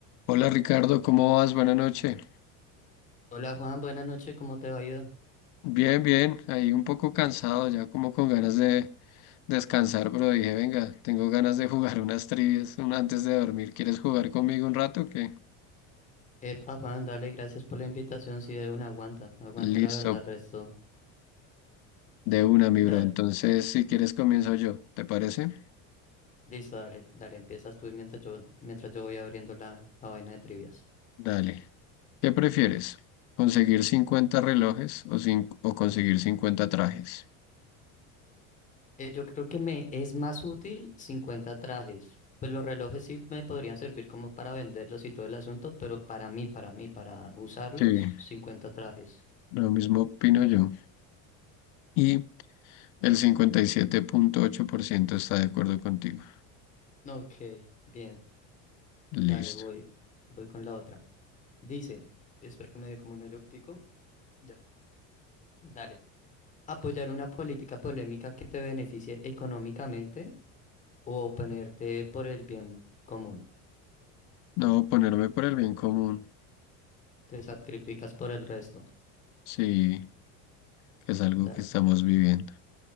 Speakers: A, on the left; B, on the left.
A: Hola Ricardo, ¿cómo vas? Buenas noches.
B: Hola Juan, buenas noches, ¿cómo te va ido?
A: Bien, bien, ahí un poco cansado, ya como con ganas de descansar, pero dije, venga, tengo ganas de jugar unas trivias un- antes de dormir. ¿Quieres jugar conmigo un rato? ¿Qué?
B: Epa Juan, dale, gracias por la invitación, si de una aguanta, aguanta
A: Listo,
B: la verdad, resto.
A: de una, mi
B: Dale,
A: bro. Entonces, si quieres, comienzo yo, ¿te parece?
B: listo, dale, dale, empiezas tú mientras yo, mientras yo voy abriendo la, la vaina de trivias.
A: Dale. ¿Qué prefieres? ¿Conseguir cincuenta relojes o, cin- o conseguir 50 trajes?
B: Eh, yo creo que me es más útil 50 trajes, pues los relojes sí me podrían servir como para venderlos y todo el asunto, pero para mí, para mí, para usarlos,
A: Sí,
B: cincuenta trajes.
A: lo mismo opino yo. Y el cincuenta y siete punto ocho por ciento está de acuerdo contigo.
B: Ok, bien,
A: Listo.
B: dale, voy, voy con la otra. Dice, espera que me dio como un eructico. Ya. Dale. apoyar una política polémica que te beneficie económicamente o oponerte por el bien común.
A: No, ponerme por el bien común,
B: Te sacrificas por el resto.
A: sí, que es algo
B: Dale.
A: que estamos viviendo.